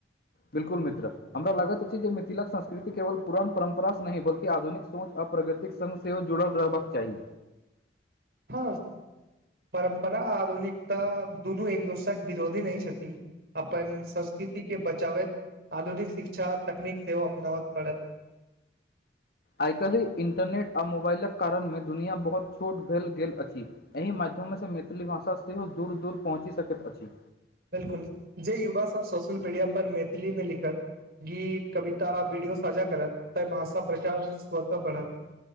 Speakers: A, on the left; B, on the right.
A: बिल्कुल मित्र हमरा लागत अछि जे मिथिलाक संस्कृति केवल पुरान परम्परास नहि बल्कि आधुनिक सोच आ प्रगतिक संग सेहो जुरल रहबाक चाहि
B: ह परम्परा आ आधुनिकता दुनु एक दोसराके विरोधी नै छथिन अपन संस्कृतिके बचाबय आधुनिक शिक्षा तकनीक सेहो अपनाबय परत
A: आइ काल्हि इन्टरनेट आ मोबाइलक कारणमे दुनिया बहुत छोट भेल गेल अछि एहि माध्यम मैथिली भाषा सेहो दूर दूर पहुँचि सकैत अछि
B: बिलकुल जे युवा सब सोशल मीडिया पर मैथिलीमे लिखत गीत कविता वीडियो साझा करत तऽ भाषा प्रचार स्वतः बढत